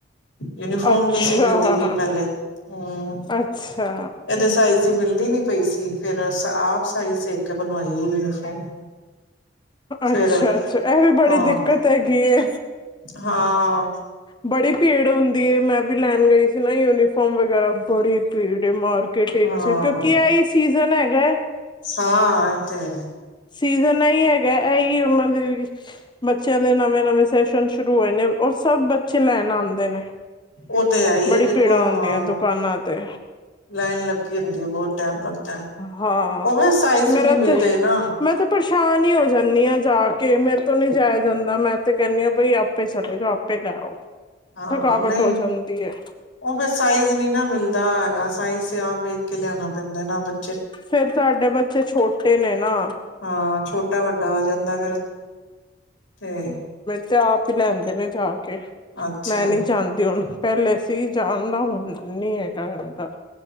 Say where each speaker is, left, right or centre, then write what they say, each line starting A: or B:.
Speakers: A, on the left; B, on the left.
A: ਯੂਨੀਫੋਮ
B: ਅੱਛਾ
A: ਨੀ ਸੀ ਮਿਲਦੀ ਪਈ ਪਹਿਲੇ, ਹੰ।
B: ਅੱਛਾ
A: ਇਹਦੇ ਸਾਈਜ਼ ਹੀ ਮਿਲ ਦੀ ਨਹੀਂ ਪਈ ਸੀ। ਫਿਰ ਸ ਆਪ ਸਾਈਜ਼ ਦੇ ਕੇ ਬਣਵਾਈ ਯੂਨੀਫੋਮ ਫਿਰ
B: ਅੱਛਾ-ਅੱਛਾ ਇਹ ਵੀ ਬੜੀ
A: ਹਾਂ
B: ਦਿੱਕਤ ਹੈਗੀ ਏ।
A: ਹਾਂ।
B: ਬੜੀ ਭੀੜ ਹੁੰਦੀ ਏ। ਮੈਂ ਵੀ ਲੈਣ ਗਈ ਸੀ ਨਾ ਯੂਨੀਫੋਮ ਵਗੈਰਾ ਬੜੀ ਭੀੜ ਤੇ ਮਾਰਕੀਟ ਵਿੱਚ
A: ਹਾਂ
B: ਕਿਉਂਕਿ ਐ ਈ ਸੀਜਨ ਐ ਫੇਰ
A: ਹਾਂ, ਐ ਤੇ ਹੈ।
B: ਸੀਜ਼ਨ ਇਹੀ ਹੈਗਾ। ਇਹੀ ਉਹਨਾਂ ਦੇ ਬੱਚਿਆਂ ਦੇ ਨਵੇਂ-ਨਵੇਂ ਸੈਸ਼ਨ ਸ਼ੁਰੂ ਹੋਏ ਨੇ ਔਰ ਸਭ ਬੱਚੇ ਲੈਣ ਆਂਦੇ ਨੇ।
A: ਉਹ ਤੇ ਹੈ ਈ
B: ਬੜੀ
A: ਏ ਦੇਖੋ
B: ਭੀੜਾਂ ਹੁੰਦੀਆਂ
A: ਹਾਂ।
B: ਦੁਕਾਨਾਂ ਤੇ
A: ਲਾਈਨ ਲੱਗ ਗਿਣਦੇ ਬਹੁਤ ਟਾਈਮ ਲੱਗਦਾ,
B: ਹਾਂ
A: ਉਵੇਂ ਸਾਈਜ਼
B: ਮੇਰਾ
A: ਵੀ ਨੀ ਮਿਲਦੇ
B: ਤੇ
A: ਨਾ।
B: ਮੈਂ ਤੇ ਪਰੇਸ਼ਾਨ ਹੀ ਹੋ ਜਾਨੀ ਆ ਜਾ ਕੇ, ਮੇਰੇ ਤੋਂ ਨਹੀਂ ਜਾਇਆ ਜਾਂਦਾ। ਮੈਂ ਤੇ ਕਹਿੰਦੀ ਆ ਬਈ ਆਪੇ ਚਲੇ ਜਾਓ ਆਪੇ ਲੈ ਆਓ।
A: ਹਾਂ
B: ਥਕਾਵਟ
A: ਨਹੀਂ
B: ਹੋ ਜਾਂਦੀ ਹੈ
A: ਉਹ ਫਿਰ ਸਾਈਜ਼ ਨਹੀ ਨਾ ਮਿਲਦਾ ਹੈਗਾ ਸਾਈਜ਼ ਤੇ ਆਪ ਵੇਖ ਕੇ ਲਿਆਨਾ ਪੈਂਦਾ ਨਾ ਬੱ
B: ਫੇਰ ਤੁਹਾਡੇ ਬੱਚੇ ਛੋਟੇ ਨੇ ਨਾ।
A: ਹਾਂ ਛੋਟਾ ਵੱਡਾ ਆ ਜਾਂਦਾ ਫਿਰ ਤੇ
B: ਐ ਆਪ ਹੀ ਲੈਂ ਆਂਦੇ ਨੇ ਜਾਕ
A: ਅੱਛਾ
B: ਮੈਂ ਨਹੀਂ ਜਾਂਦੀ ਹੁਣ। ਪਹਿਲੇ ਸੀ ਜਾਣਦਾ ਹੁਣ ਨਹੀ ਹੇਗਾ <inaudible> ਦ